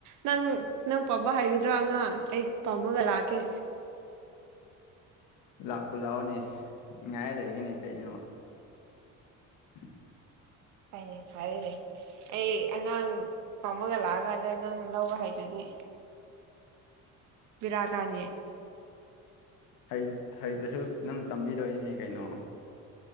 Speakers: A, on the right; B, on the left.
A: ꯅꯪ ꯅꯪ ꯄꯝꯕ ꯍꯩꯒꯗ꯭ꯔꯥ ꯑꯉꯥꯡ ꯑꯩ ꯄꯥꯝꯃꯒ ꯂꯥꯛꯀꯦ
B: ꯂꯥꯛꯄꯨ ꯂꯥꯛꯑꯣꯅꯦ ꯉꯥꯏꯔ ꯂꯩꯒꯦꯅꯦ ꯀꯩꯅꯣ <inaudible>
A: ꯍꯣꯏꯅꯦ ꯐꯔꯦꯅꯦ ꯑꯩ ꯑꯉꯥꯡ ꯄꯝꯃꯒ ꯂꯥꯛꯑꯀꯥꯟꯗ ꯅꯪ ꯂꯧꯕ ꯍꯩꯇ꯭ꯔꯗꯤ ꯕꯤꯔꯥ ꯀꯥꯅꯤ
B: ꯍꯩ ꯍꯩꯗ꯭ꯔꯁꯨ ꯅꯪ ꯇꯝꯕꯤꯗꯧꯔꯤꯅꯦ ꯀꯩꯅꯣ